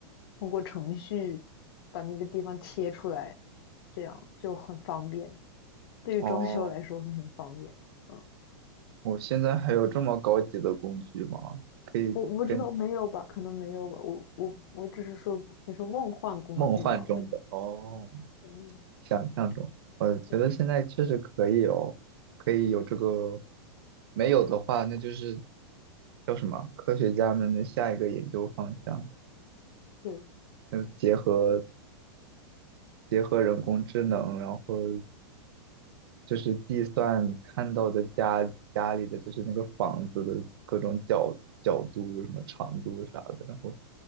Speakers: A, on the left; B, on the right.
A: 通过程序把那个地方切出来，这样就很方便。对于装修来说会很方便。
B: 哦。
A: 嗯，
B: 我现在还有这么高级的工具吗？可以跟
A: 我我不知道没有吧，可能没有吧。我我我只是说你说梦幻工具嘛，
B: 梦幻中的哦，
A: 我嗯
B: 想象中，我觉得现在确实可以有，
A: 嗯
B: 可以有这个，没有的话，那就是叫什么？科学家们的下一个研究方向，
A: 对
B: 就是结合结合人工智能，然后就是计算看到的家家里的就是那个房子的各种角角度、什么长度啥的，然后